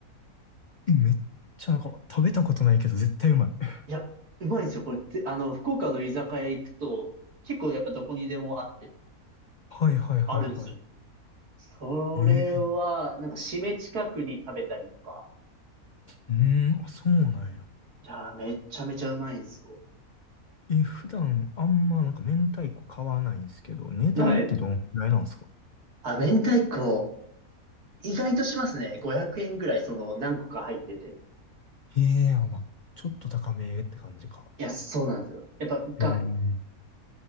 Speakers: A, on the left (about 70°); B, on the right (about 80°).
A: え、めっちゃなんか食べたことないけど絶対うまい。<laughs>
B: いや、うまいんですよ。これって、あの、福岡の居酒屋行くと、結構やっぱどこにでもあって、
A: はいはいはいはい。
B: あるんですよ。それは、
A: ええ
B: なんか締め近くに食べたりとか。
A: うーん、あ、そうなんや。
B: いやー、めっちゃめちゃうまいんですよ。
A: え、普段あんまなんか明太子買わないんですけど、値段ってどんぐらいなんですか
B: はい。あ、明太子、意外としますね。500円ぐらい、その、何個か入ってて。
A: ええあまあ、ちょっと高めって感じか。
B: いや、そうなんですよ。やっぱ、が
A: うん。